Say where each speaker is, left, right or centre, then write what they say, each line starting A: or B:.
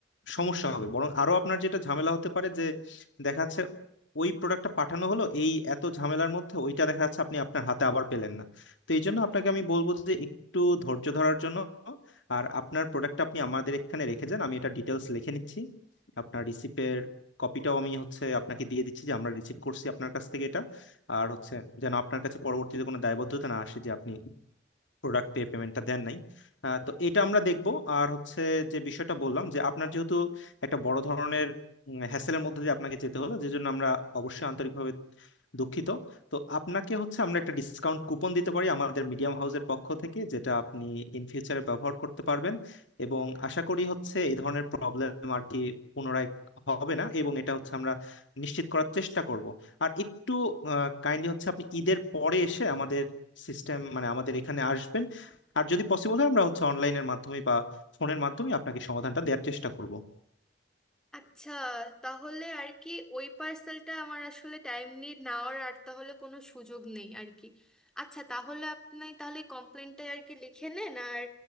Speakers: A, on the left; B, in the centre.
A: সমস্যা হবে বরং আরো আপনার যেটা ঝামেলা হতে পারে যে দেখাচ্ছে ওই প্রোডাক্টটা পাঠানো হলো এই এত ঝামেলার মধ্যে ওইটা দেখা যাচ্ছে আপনি আপনার হাতে আবার পেলেন না তো এই জন্য আপনাকে আমি বলবো যে একটু ধৈর্য ধরার জন্য আর আপনার প্রোডাক্টটা আপনি আমাদের এখানে রেখে যান আমি এটা ডিটেলস লিখে নিচ্ছি আপনার রিসিপের কপিটাও আমি হচ্ছে আপনাকে দিয়ে দিচ্ছি যে আমরা রিসিভ করছি আপনার কাছ থেকে এটা আর হচ্ছে যেন আপনার কাছে পরবর্তীতে কোনো দায়বদ্ধতা না আসে যে আপনি প্রোডাক্টে পেমেন্টটা দেন নাই আহ, তো এটা আমরা দেখব আর হচ্ছে যে বিষয়টা বললাম যে আপনার যেহেতু একটা বড় ধরনের হ্যাসেলের মধ্যে দিয়ে আপনাকে যেতে হলো যে জন্য আমরা অবশ্যই আন্তরিকভাবে দুঃখিত তো আপনাকে হচ্ছে আমরা একটা ডিসকাউন্ট কুপন দিতে পারি আমাদের মিডিয়াম হাউসের পক্ষ থেকে যেটা আপনি ইন ফিউচারে ব্যবহার করতে পারবেন এবং আশা করি হচ্ছে এই ধরনের প্রবলেম আর কি পুনরায় হবে না এবং এটা হচ্ছে আমরা নিশ্চিত করার চেষ্টা করব আর একটু কাইন্ডলি হচ্ছে আপনি ঈদের পরে এসে আমাদের সিস্টেম মানে আমাদের এখানে আসবেন আর যদি পসিবল হয় আমরা হচ্ছে অনলাইনের মাধ্যমে বা ফোনের মাধ্যমে আপনাকে সমাধানটা দেওয়ার চেষ্টা করব
B: আচ্ছা তাহলে আর কি ওই পার্সেলটা আমার আসলে টাইম নিয়ে নেওয়ার আর তাহলে কোনো সুযোগ নেই আর কি আচ্ছা তাহলে আপনি তাহলে কমপ্লেনটা আর কি লিখে নেন আর